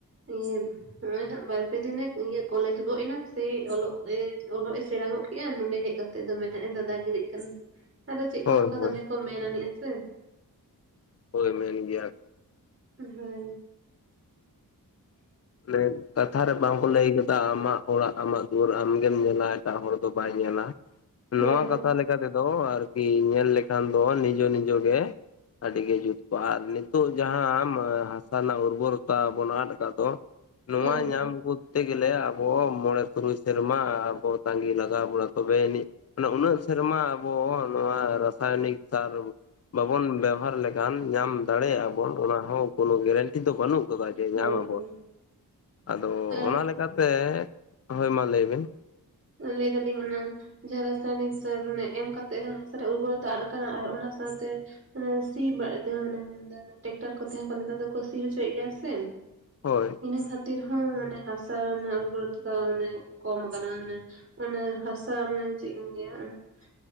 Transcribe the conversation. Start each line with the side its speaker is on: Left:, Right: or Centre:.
Right: ᱤᱭᱟᱹ ᱱᱚᱜᱚᱭ ᱦᱟᱸᱜ ᱵᱟᱨ ᱯᱮ ᱫᱤᱱ ᱮ ᱤᱭᱟᱹ ᱠᱚᱞᱮᱡᱽ ᱜᱚᱫ ᱮᱱᱟ ᱥᱮ ᱚᱞᱚᱜ ᱮ ᱚᱞᱚᱜ ᱮ ᱥᱮᱬᱟ ᱜᱚᱫ ᱠᱮᱫᱮᱜᱼᱟ ᱱᱚᱰᱮ ᱦᱮᱡ ᱠᱟᱛᱮ ᱛᱮᱫ ᱫᱚᱢᱮ ᱦᱟᱸᱜ ᱮ ᱫᱟᱫᱟ ᱜᱤᱨᱤᱜ ᱠᱟᱱᱟ, ᱟᱫᱚ ᱪᱮᱫ ᱠᱚ
Left: ᱦᱳᱭ
Right: ᱚᱱᱠᱟ
Left: ᱦᱳᱭ
Right: ᱫᱚᱢᱮ ᱠᱚ ᱢᱮᱱ ᱟᱱᱤᱡᱼᱟ ᱥᱮ ᱾
Left: ᱦᱚᱭ ᱢᱮᱱ ᱜᱮᱭᱟ ᱠᱚ
Right: ᱦᱚᱭ
Left: ᱞᱟᱹᱭ ᱠᱟᱛᱷᱟ ᱨᱮ ᱵᱟᱝ ᱠᱚ ᱞᱟᱹᱭ ᱟᱠᱟᱫᱟ ᱟᱢᱟᱜ ᱚᱲᱟᱜ, ᱟᱢᱟᱜ ᱫᱩᱣᱟᱹᱨ ᱟᱢ ᱜᱮᱢ ᱧᱮᱞᱟ ᱮᱴᱟᱜ ᱦᱚᱲ ᱫᱚ ᱵᱟᱭ ᱧᱮᱞᱟ,
Right: ᱦᱳᱭ
Left: ᱱᱚᱣᱟ
Right: ᱦᱳᱭ
Left: ᱠᱟᱛᱷᱟ ᱞᱮᱠᱟ ᱛᱮᱫᱚ ᱟᱨ ᱠᱤ ᱧᱮᱞ ᱞᱮᱠᱷᱟᱱ ᱫᱚ ᱱᱤᱡᱚ ᱱᱤᱡᱚᱜ ᱜᱮ ᱟᱹᱰᱤ ᱜᱮ ᱡᱩᱛ ᱠᱚᱜᱼᱟ ᱟᱨ ᱱᱤᱛᱚᱜ ᱡᱟᱦᱟᱸ ᱦᱟᱥᱟ ᱨᱮᱱᱟᱜ ᱩᱨᱵᱚᱨᱚᱛᱟ ᱵᱚᱱ ᱟᱫ ᱟᱠᱟᱫ ᱫᱚᱸ ᱱᱚᱣᱟ
Right: ᱦᱳᱭ
Left: ᱧᱟᱢ ᱵᱷᱩᱨ ᱛᱮ ᱜᱮᱞᱮ ᱟᱵᱚ ᱢᱚᱬᱮ-ᱛᱩᱨᱩᱭ ᱥᱮᱨᱢᱟ ᱟᱵᱚ ᱛᱟᱸᱜᱤ ᱞᱟᱜᱟᱣ ᱵᱚᱱᱟ ᱛᱚᱵᱮ ᱟᱱᱤᱡ ᱢᱟᱱᱮ ᱩᱱᱟᱹᱜ ᱥᱮᱨᱢᱟ ᱟᱵᱚ ᱱᱚᱣᱟ ᱨᱟᱹᱥ ᱨᱟᱥᱟᱭᱚᱱᱤᱠ ᱥᱟᱨ ᱵᱟᱵᱚᱱ ᱵᱮᱵᱟᱨ ᱞᱮᱠᱷᱟᱱ ᱧᱟᱢ ᱫᱟᱲᱮᱭᱟᱜᱼᱟ ᱵᱚᱱ ᱚᱱᱟ ᱦᱚᱸ ᱠᱚᱱᱚ ᱜᱮᱨᱮᱱᱴ ᱴᱤ ᱫᱚ ᱵᱟᱹᱱᱩᱜ ᱡᱮ
Right: ᱦᱳᱭ
Left: ᱧᱟᱢ ᱟᱩᱱᱵ
Right: ᱦᱳᱭ
Left: ᱾ ᱟᱫᱚ
Right: ᱟᱨ
Left: ᱚᱱᱟ ᱞᱮᱠᱟ ᱛᱮ ᱦᱚᱭ ᱢᱟ ᱞᱟᱹᱭ ᱵᱤᱱ
Right: ᱞᱟᱹᱭ ᱮᱫᱟ ᱞᱤᱧ ᱚᱱᱟ ᱡᱟᱦᱟᱸ ᱨᱟᱥᱟᱭᱱᱤᱠ ᱥᱟᱨ ᱚᱱᱟ ᱮᱢ ᱠᱟᱛᱮᱜ ᱦᱟᱥᱟᱨᱮ ᱩᱨᱜᱚᱨᱚᱛᱟ ᱟᱫ ᱟᱠᱟᱱᱟ ᱟᱨ ᱚᱱᱟ ᱥᱟᱶᱛᱮ ᱢᱟᱱᱮ ᱥᱤ ᱵᱟᱲᱟᱜ ᱛᱮᱦᱚᱸ ᱢᱟᱱᱮ ᱢᱮᱱᱫᱟ ᱴᱮᱠᱴᱟᱨ ᱠᱚᱛᱮ ᱦᱚᱸ ᱱᱮᱛᱟᱨ ᱫᱚᱠᱚ ᱥᱤ ᱦᱚᱪᱚᱭᱼᱮᱫ ᱜᱮᱭᱟ ᱥᱮ
Left: ᱦᱚᱭ
Right: ᱤᱱᱟᱹ ᱠᱷᱟᱹᱛᱤᱨ ᱦᱚᱸ ᱚᱱᱮ ᱦᱟᱥᱟ ᱨᱮᱱᱟᱜ ᱜᱩᱨᱵᱚᱨᱛᱟ ᱫᱚ ᱚᱱᱮ ᱠᱚᱢ ᱟᱠᱟᱱᱟ ᱾ ᱚᱱᱟ ᱦᱟᱥᱟ ᱢᱟᱱᱮ ᱪᱮᱫ ᱤᱧ ᱞᱟᱹᱭᱟ ᱾